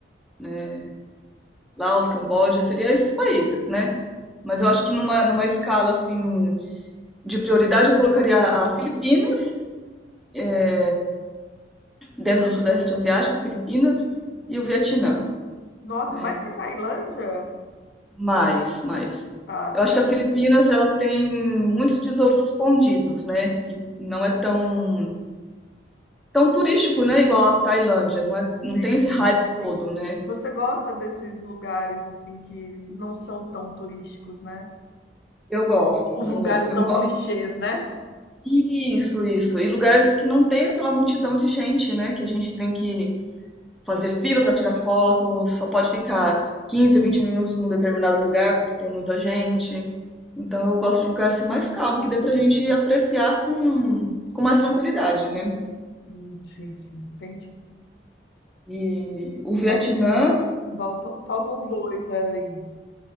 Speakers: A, in the centre; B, on the left (about 65°).
A: né? Laos, Camboja, seria esses países, né? Mas eu acho que numa, numa escala assim de prioridade eu colocaria a Filipinas, eh, dentro do Sudeste Asiático, Filipinas e o Vietnã,
B: Nossa,
A: né?
B: mais que a Tailândia?
A: Mais, mais.
B: Tá,
A: Eu acho
B: tá,
A: que a Filipinas ela tem muitos tesouros escondidos, né? E não é tão tão turístico, né? Igual a Tailândia, não é,
B: entendi,
A: não tem esse hype
B: entendi.
A: todo, né?
B: Você gosta desses lugares, assim, que não são tão turísticos, né?
A: Eu gosto,
B: Os
A: eu
B: lugares
A: gosto. Eu
B: não
A: não gosto.
B: clichês, né?
A: Isso, isso. E lugares que não tem aquela multidão de gente, né? Que a gente tem que fazer fila para tirar foto, só pode ficar 15, 20 minutos num determinado lugar porque tem muita gente. Então eu gosto de lugares assim, mais calmo, que dê pra gente apreciar com, com mais tranquilidade, né?
B: Hum, sim, sim, entendi.
A: E o Vietnã,
B: Faltam, faltam, faltam dois aí.